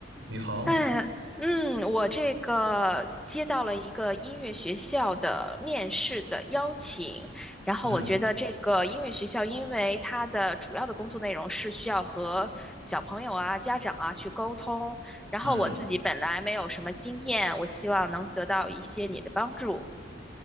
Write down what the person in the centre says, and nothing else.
哎，嗯，我这个接到了一个音乐学校的面试的邀请，然后我觉得这个音乐学校，
因为它的主要的工作内容是需要和小朋友啊、家长啊去沟通，然后我自己本来没有什么经验，
我希望能得到一些你的帮助。